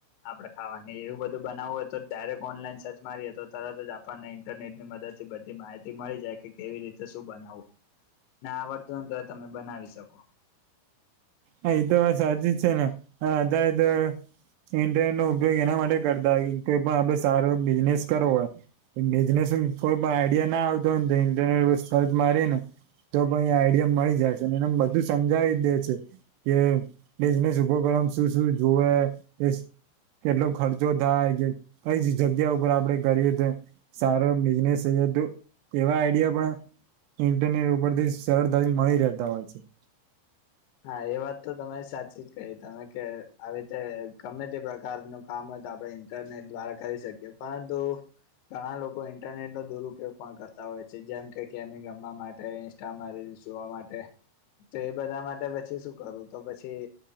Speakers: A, on the left (about 70°); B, on the right (about 80°).
A: આપડે ખાવાની એવું બધું બનાવું હોય તો ડાયરેક્ટ ઓનલાઈન સર્ચ મારીએ તો તરત જ આપણને ઇન્ટરનેટની મદ થી બધી માહિતી મળી જાએ કે કેવી રીત ટેબશું બનાવવું ને આવડતું હોય ને તો તમે બનાવી શકો.
B: અને એ તો વાત સાચી છે ને હા દય દે ઇન્ટરનેટ નો ઉપયોગ એના માટે કરતા હો કોઈ પણ આપડે સારો બિઝનેસ કરવો હોય બિઝનેસ કોઈ આઈડિયા ના આવતો હોયને તો ઇન્ટરનેટ પર સર્ચ મારી ને તો પણ એ આઈડિયા મળી જાય છે અને બધું સમજાવી દે છે કે બિઝનેસ પ્રોગ્રામ શું શું જોવે ઈશ કેટલો ખર્ચો થાય કે કઈ જ જગ્યા ઉપર આપડે કરીએ તે સારો બિઝનેસ છે તો તેવા આઈડિયા પણ ઇન્ટરનેટ ઉપર થી સરળતા મળી રહેતા હોય છે.
A: હા, એ વાત તો ત સાચી જ કહી તમે કે આવી રીતે ગમે તે પ્રકારનું કામ હોય તો આપડે ઇન્ટરનેટ દ્વારા કરી શકીએ પરંતુ ઘણા લોકો ઇન્ટરનેટ નો દુરુપયોગ પણ કરતા હોય છે જેમ કે ગેમિંગ રમવા માટે કા એમાં રીલ્સ જોવા માટે તો એ બધા માટે પછી શું કરું તો પછી